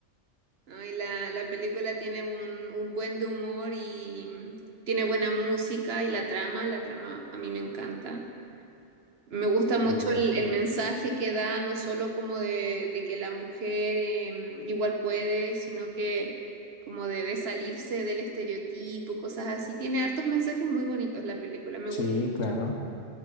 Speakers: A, on the right (about 50°); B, on the left (about 60°).
A: no, y la, la película tiene un, un buen de humor y mm, tiene buena música y la trama, la trama a mí me encanta. Me gusta mucho
B: Sí, ¿para
A: el,
B: qué?
A: el mensaje que da, no solo como de, de que la mujer em, igual puede, sino que como de, de salirse del estereotipo, cosas así. Tiene hartos mensajes muy bonitos la película, me
B: Sí,
A: gusta
B: claro.
A: mucho.